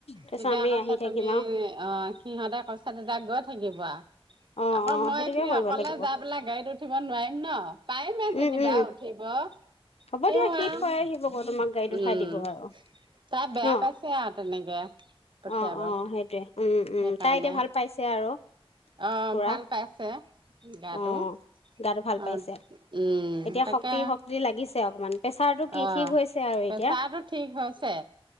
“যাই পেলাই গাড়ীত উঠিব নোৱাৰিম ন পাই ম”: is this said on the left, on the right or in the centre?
Right